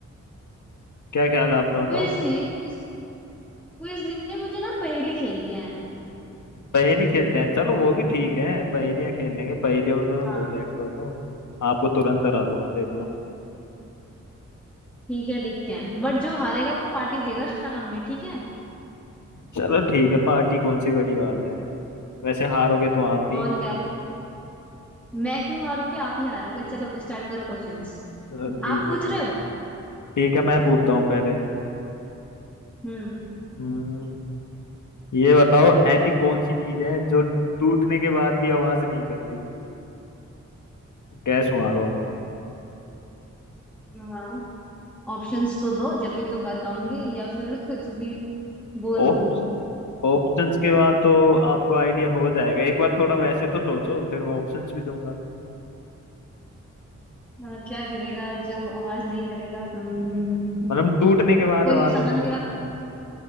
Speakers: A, on the left; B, in the centre.
A: क्या ख्याल है आपका बताओ
B: क्विज नहीं क्विज क्विज नहीं मुझे ना पहेली खेलनी है
A: पहेली खेलते हैं चलो वो भी ठीक है पहेलियाँ खेल लेंगे पहेलियों में तो मैं
B: हाँ
A: बहुत एक्सपर्ट हूँ आपको तुरंत हरा दूंगा देखना
B: ठीक है देखते हैं बट जो हारेगा वो पार्टी देगा शाम में ठीक है
A: चलो ठीक है पार्टी कौन सी बड़ी बात है वैसे हारोगे तो आप ही
B: और क्या तो मैं क्यों हारूंगी आप ही हारोगे चलो स्टार्ट करो क्वेश्चंस
A: चलो ठीक
B: आप पूछ
A: है
B: रहे हो
A: ठीक है मैं पूछता हूँ पहले
B: हम्म
A: हम्म, ये बताओ ऐसी कौन सी चीज है जो टूटने के बाद भी आवाज नहीं करती गैस मारो
B: हाँ ऑप्शंस तो दो जब भी तो बताऊंगी या फिर कुछ भी बोल
A: ओप
B: दूं
A: ऑप्शंस के बाद तो आपको आइडिया हो जाएगा एक बार थोड़ा वैसे तो सोचो फिर मैं ऑप्शंस भी दूंगा
B: हाँ, क्या गिरेगा जो आवाज नहीं करेगा हम्म,
A: मतलब टूटने के बाद
B: कोई
A: आवाज
B: भी सामान
A: नहीं करता
B: गिरा